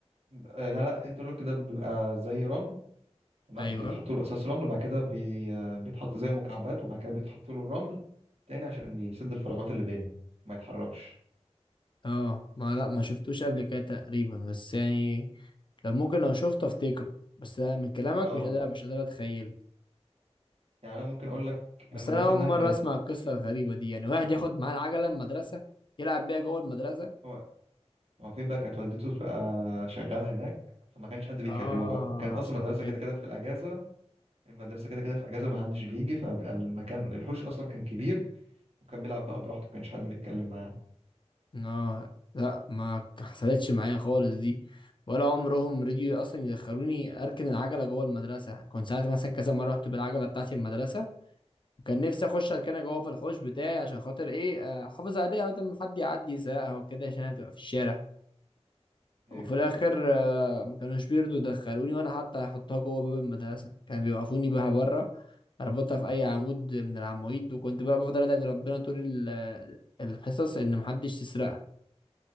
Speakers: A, on the right; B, on the left.
A: آه لا لا الانترلوك ده بيبقى زي رمل تمام
B: ايوه
A: بيتحط له اساس رمل وبعد كده بي... آه، بيتحط زي مكعبات وبعد كده بيتحط له الرمل تاني عشان يسد الفراغات اللي بينه وما يتحركش
B: اه ما لا ما شفتوش قبل كده تقريبا بس يعني لو ممكن لو شفته افتكره بس انا من كلامك
A: اه
B: مش قادر مش قادر اتخيله
A: يعني انا ممكن اقول لك انا
B: بس
A: المدرسه
B: انا اول
A: عندنا
B: مره
A: كانت
B: اسمع القصه الغريبه دي يعني واحد ياخد معاه العجله المدرسه يلعب بيها جوه المدرسه
A: هو هو فين بقى كانت والدته بقى شغاله هناك فما كانش حد بيكلمه
B: اه
A: بقى وكان اصلا
B: عشان
A: المدرسه
B: كده
A: كده كده في الاجازه المدرسه كده كده في اجازه ما حدش بيجي فبقى المكان الحوش اصلا كان كبير وكان بيلعب بقى براحته ما كانش حد بيتكلم معاه
B: اه لا ما حصلتش معايا خالص دي ولا عمرهم رضيوا اصلا يدخلوني اركن العجله جوه المدرسه كنت ساعات مثلا كذا مره رحت بالعجله بتاعتي المدرسه وكان نفسي اخش اركنها جوه في الحوش بتاعي عشان خاطر ايه آه، احافظ عليها بدل ما حد يعدي يسرقها وكده عشان هي تبقى في الشارع وفي
A: ايوه
B: الاخر آه، ما كانوش بيرضوا يدخلوني وانا حتى هحطها جوه باب المدرسه كانوا بيوقفوني بيها بره اربطها في اي عمود من العواميد وكنت بقى بفضل ادعي ربنا طول ال- آه، الحصص ان محدش يسرقها